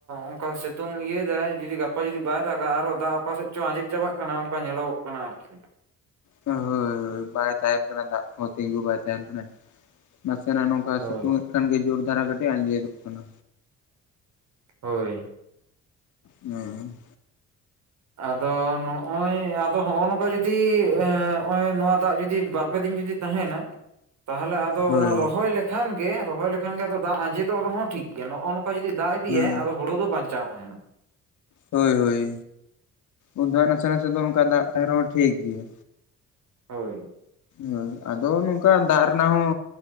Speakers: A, on the right; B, on the left.
A: ᱚᱱᱠᱟ ᱥᱤᱛᱩᱝ ᱤᱭᱟᱹᱭᱮᱫᱟᱭ ᱡᱩᱫᱤ ᱜᱟᱯᱟ ᱡᱩᱫᱤ ᱵᱟᱭ ᱫᱟᱜᱟ ᱟᱨᱚ ᱫᱟᱜ ᱚᱠᱟ ᱥᱮᱫ ᱪᱚ ᱟᱸᱡᱮᱫ ᱪᱟᱵᱟᱜ ᱠᱟᱱᱟ ᱚᱱᱠᱟ ᱧᱮᱞᱚᱜᱚᱜ ᱠᱟᱱᱟ ᱟᱨᱠᱤ
B: ᱦᱳᱭ ᱦᱳᱭ ᱵᱟᱭ ᱫᱟᱜ ᱮᱫ ᱛᱚᱨᱟ ᱫᱟᱜ ᱠᱚ ᱛᱤᱸᱜᱩ ᱵᱟᱭ ᱛᱟᱦᱮᱱ ᱠᱟᱱᱟ ᱱᱟᱥᱮᱱᱟᱜ ᱱᱚᱝᱠᱟ
A: ᱦᱳᱭ
B: ᱥᱤᱛᱩᱝ ᱮᱫ ᱠᱷᱟᱱ ᱜᱮ ᱡᱳᱨ ᱫᱷᱟᱨᱟ ᱠᱟᱹᱴᱤᱡ ᱟᱸᱡᱮᱫᱚᱜ ᱠᱟᱱᱟ
A: ᱦᱳᱭ
B: ᱦᱮᱸ
A: ᱟᱫᱚ ᱱᱚᱜᱼᱚᱭ ᱟᱫᱚ ᱱᱚᱜᱼᱚ ᱱᱚᱝ ᱱᱚᱝᱠᱟ ᱡᱩᱫᱤ ᱱᱚᱜᱼᱚᱭ ᱱᱚᱣᱟ ᱫᱟᱜ ᱡᱩᱫᱤ ᱵᱟᱨᱯᱮ ᱫᱤᱱ ᱡᱩᱫᱤ ᱛᱟᱦᱮᱱᱟ ᱛᱟᱦᱚᱞᱮ ᱟᱫᱚ
B: ᱦᱳᱭ
A: ᱚᱱᱟ ᱨᱚᱦᱚᱭ ᱞᱮᱠᱷᱟᱱ ᱜᱮ ᱨᱚᱦᱚᱭ ᱞᱮᱠᱷᱟᱱ ᱜᱮ ᱟᱫᱚ ᱫᱟᱜ ᱟᱸᱡᱮᱫᱚᱜ ᱨᱮᱦᱚᱸ ᱴᱷᱤᱠ ᱜᱮᱭᱟ ᱱᱚᱜᱼᱚ ᱱᱚᱝᱠᱟ ᱡᱩᱫᱤ ᱫᱟᱜ ᱤᱫᱤᱭᱟᱭ
B: ᱦᱮᱸ
A: ᱟᱫᱚ ᱦᱩᱲᱩ ᱫᱚ ᱵᱟᱧᱪᱟᱣ ᱛᱟᱦᱮᱱᱟ
B: ᱦᱳᱭ ᱦᱳᱭ ᱩᱱ ᱫᱚ ᱱᱟᱥᱮ ᱱᱟᱥᱮ ᱫᱚ ᱚᱱᱠᱟ ᱫᱟᱜ ᱛᱟᱦᱮᱸᱱ ᱨᱮᱦᱚᱸ ᱴᱷᱤᱠ ᱜᱮᱭᱟ
A: ᱦᱳᱭ
B: ᱦᱳᱭ ᱟᱫᱚ ᱱᱚᱝᱠᱟ ᱫᱟᱜ ᱨᱮᱱᱟᱜ ᱦᱚᱸ